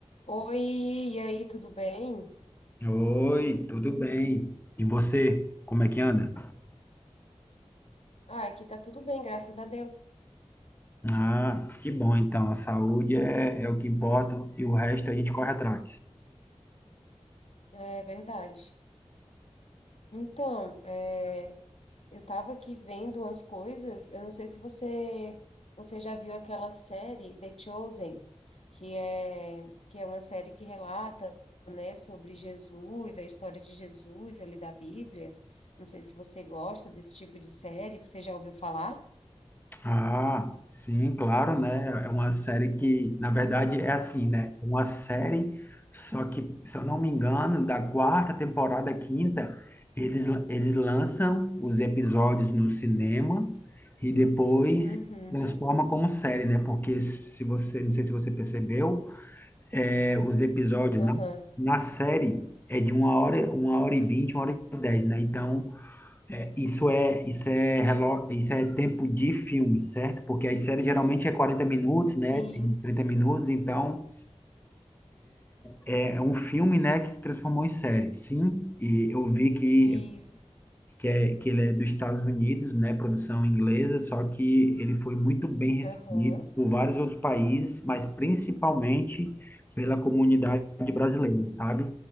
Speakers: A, on the left; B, on the left.
A: Oi, e aí, tudo bem?
B: Oi, tudo bem? E você, como é que anda?
A: Ah, aqui tá tudo bem, graças a Deus.
B: Ah, que bom então, a saúde é, é o que importa e o resto a gente corre atrás.
A: É verdade. Então, é, eu tava aqui vendo umas coisas, eu não sei se você você já viu aquela série The Chosen, que é que é uma série que relata, né, sobre Jesus, a história de Jesus ali da Bíblia. Não sei se você gosta desse tipo de série, você já ouviu falar?
B: Ah, sim, claro, né? É uma série que, na verdade, é assim, né? É Uma série, só que, se eu não me engano, da quarta temporada à quinta, eles, eles lançam os episódios no cinema e depois
A: Uhum.
B: transforma como série, né? Porque se você, não sei se você percebeu, É, os episódios
A: Aham.
B: na, na série é de uma hora, uma hora e vinte, uma hora e dez, né? Então, é, isso é isso é relo- isso é tempo de filme, certo? Porque as séries geralmente é quarenta minutos,
A: Sim,
B: né? Tem 30 minutos, então é é um filme, né, que se transformou em série. Sim, e eu vi que
A: isso.
B: que, é, que ele é dos Estados Unidos, né, produção inglesa, só que ele foi muito bem recebido
A: Aham.
B: por vários outros países, mas principalmente pela comunidade brasileira, sabe?